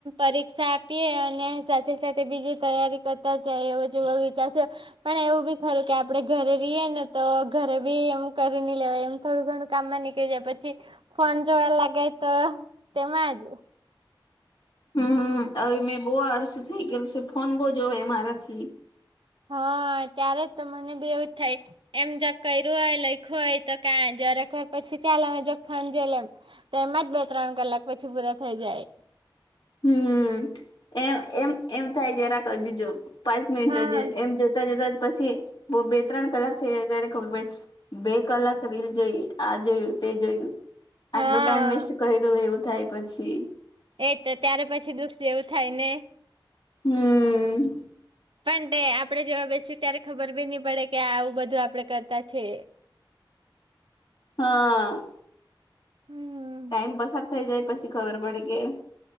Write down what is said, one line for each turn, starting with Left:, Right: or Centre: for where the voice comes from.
Right: પરીક્ષા આપીએ અને સાથે સાથે બીજી તૈયારી કરતા જાય એવો જો બ વિચારશો. પણ એવું બી ખરું કે આપડે ઘરે રહીએ ને તો ઘરે બી એમ કરી ન લેવા એમ. થોડું ઘણું કામમાં નીકળી જાય પછી, ફોન જોવા લાગાય તો તેમાંજ
Left: હમ હવે મેં બહુ આળસુ થઇ ગયલું છે ફોન બહ જો મારાથી.
Right: હા ત્યારે જ તો મને બી એવુંજ થાય. એમ જગ કર્યું હોય લઈખ્યું હોય તો ક જરેકવાર પછી ચ્યાલ અમે જ ફોન જોઈ લેમ. તો એમાં જ બે ત્રણ કલાક પછી પૂરા થઈ જાય.
Left: હમ, એમ એમ એમ થાય જરાક અજુ જોમ. પાંચ મિનિટ
Right: હા
Left: એમ જોતા જતા પછી બ બે ત્રણ કલાક થઈ જાય ત્યારે ખબર પડ. બે કલાક રીલ જોઈ આ જોયું તે જોયું.
Right: હા
Left: આટલો ટાઈમ વેસ્ટ કર દ્યો એવું થાય પછી.
Right: એ તો ત્યારે પછી દુઃખ જેવું થાય ને.
Left: હમ.
Right: પણ તે આપડે જોવા બેસી ત્યારે ખબર બી નહી પડે કે આવું બધું આપડે કરતા છે.
Left: હા.
Right: હમ
Left: ટાઇમ પસાર થઈ જાય પછી ખબર પડે કે